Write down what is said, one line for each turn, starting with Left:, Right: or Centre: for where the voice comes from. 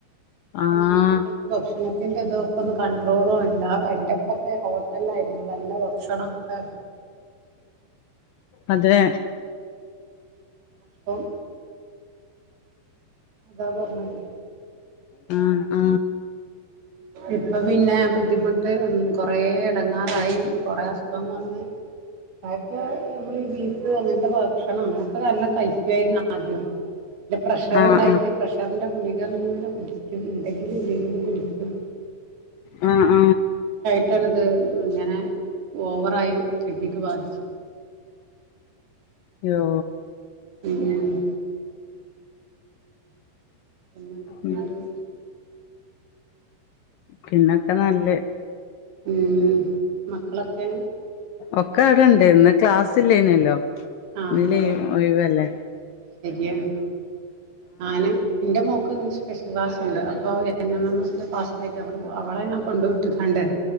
Left: ആഹ്
Right: എല്ലാ ഭക്ഷണം ഭക്ഷണത്തിൻ്റെ ഇതൊക്കെൊന്ന കണ്ടട്രോളും ഇല്ല എൻ്റെപ്പൊക്കെ ഹോട്ടലായിരുന്നു. നല്ല ഭക്ഷണംക്കെ
Left: അതെ
Right: അപ്പം അതാ പറഞ്ഞത്
Left: ആ.. ആ..
Right: ഇപ്പൊ പിന്നെ ബുദ്ധിമുട്ട് മ് - കൊറെേ എടങ്ങാറായി കൊറെ അസുഖം വന്ന് അദ്യോക്കെ നമ്മൾ ഈ ബീഫ് അങ്ങനത്തെ ഭക്ഷണം അങ്ങനെയൊക്കെ എല്ലാം കഴിക്കായിരുന്നു ആദ്യം... ഇന്റെ പ്രഷറിണ്ടായിട്ട്
Left: ആഹ് ആഹ്
Right: പ്രഷറിന്റെ ഗുളികങ്ങനെ കുടിക്കും ഇൻണ്ടങ്കിലും ഇല്ലെങ്കിലും കുടിക്കു ക്കും <unintelligible>
Left: ആ.. ആ..
Right: അതാണത് ഇങ്ങനെ ഓവറായി കിഡ്നിക്ക് ബാധിച്
Left: യോ
Right: ഉം.. ഉം.. <inaudible> പിന്നെ എന്തൊക്കെയുണ്ട്.
Left: ഉം പിന്നൊക്കെ നല്ലയ്
Right: ഉം മക്കളൊക്കെ?
Left: ഒക്കെ അവിടെ ഇണ്ട്.. ഇന്ന് ക്ലാസ് ഇല്ലേയ്നല്ലോ
Right: ആ
Left: ഇന്ന്
Right: അതെ
Left: ലി
Right: അതെ
Left: ഒയ്വല്ലേ
Right: ശരിയാണ് ഞാന് എന്റെ മോക്ക്ന്ന് സ്പെഷ്യൽ ക്ലാസ് ഉണ്ട് അപ്പൊ എൻ എം എം എസിന്റെ ക്ലാസിലേക്ക് അവ അവളെ ഞാൻ കൊണ്ട് വിട്ട്ങ്ങാണ്ട്